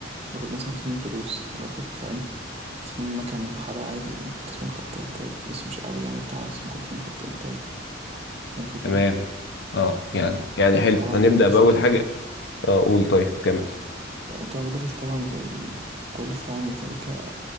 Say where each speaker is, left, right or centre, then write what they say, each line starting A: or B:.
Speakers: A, on the right (about 35°); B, on the left (about 60°).
A: باخُد مثلًا تصميم تروس، باخُد فاهم، تصميم مَكَن وحَلَق عادي، ممكن تصميم خَط إنتاج بس مش أوي يعني بتاع بس ممكن تصميم خَط إنتاج. فاهم الفكرة
B: تمام اه يعني يعني حلو
A: طبعا
B: هنبدأ
A: بتدرس
B: بأول
A: ال
B: حاجة اه قول طيب كمل
A: طبعا بتدرس طبعا ال- كل فروع الميكانيكا